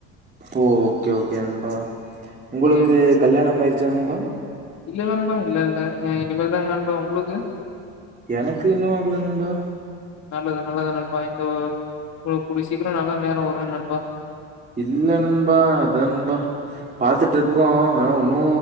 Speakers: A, on the right; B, on the left.
A: ஓ ஓகே ஓகே நண்பா உங்களுக்கு
B: சரி நண்
A: கல்யாணம் ஆயிருச்சா நண்பா
B: இல்ல நண்பா இல்ல இல்ல அ இனிமேல்தா நண்பா உங்களுக்கு
A: எனக்கு இன்னு ஆகல நண்பா
B: நல்லது நல்லது நண்பா இந்த ஒரு குடிய சீக்கிரோ நல்ல நேரோ வரு நண்பா
A: இல்ல நண்பா அதா நண்பா பாத்துட்டு இருக்கோ ஆனா ஒன்னு